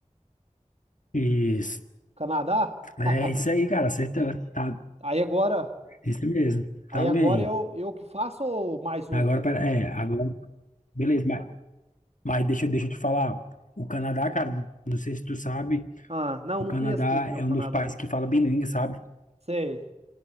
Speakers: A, on the left (about 85°); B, on the right (about 55°).
A: Isso.
B: Canadá?
A: É
B: <laughs>
A: isso aí, cara. Acertou. Tá,
B: Aí agora,
A: isso mesmo.
B: aí
A: Tá bem.
B: agora eu, eu que faço ou mais um?
A: Agora, pera, é, agora, beleza, mas, mas deixa, eu- deixa eu te falar. O Canadá, cara, não sei se tu sabe,
B: Ah, não,
A: o
B: não
A: Canadá
B: conheço muito meu
A: é
B: Canadá.
A: um dos países que fala bilíngue, sabe?
B: Sei.